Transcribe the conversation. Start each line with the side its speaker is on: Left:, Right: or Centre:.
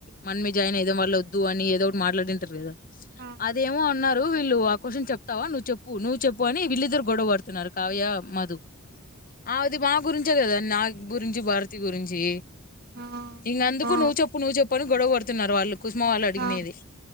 Left: మనమే జాయిన్ అయిదాం వాళ్ళొద్ దు అని ఏదో ఒకటి మాట్లాడింటారు గదా
Right: ఆ ఆ!
Left: అదేమో అన్నారు రు వీళ్ళు ఆ క్వషన్ చెప్తావా నువ్ చెప్పు నువ్వు చెప్పు అని వీళ్ళిద్దరు గొడవ పడుతున్నారు కావ్య మధు <inaudible> కదా నా గురించి భారతి గురించి
Right: ఆ!
Left: ఇన్ అందుకు
Right: ఆ!
Left: నువ్వు చెప్పు నువ్వు చెప్ అను గొడవ బడుతున్నారు వాళ్ళు కుసుమ వాళ్ళు అడిగినేది
Right: ఆ!